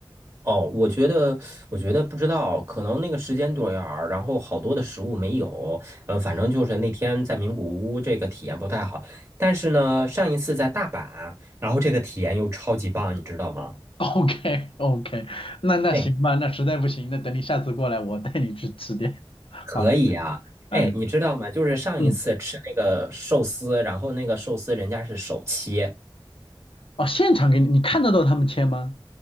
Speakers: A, on the right; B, on the left.
A: 哦，我觉得，我觉得不知道，可能那个时间段儿，然后好多的食物没有。呃，反正就是那天在名古屋这个体验不太好，但是呢，上一次在大阪，然后这个体验又超级棒，你知道吗？
B: <laughs> OK OK，那那行吧，
A: 哎，
B: 那实在不行，那等你下次过来，我带你去吃点。<laughs>
A: 可以呀、
B: 好了，哎，
A: 哎，你知道吗？就是上一次吃那个寿司，
B: 嗯。
A: 然后那个寿司人家是手切，
B: 哦，现场给你，你看得到他们切吗？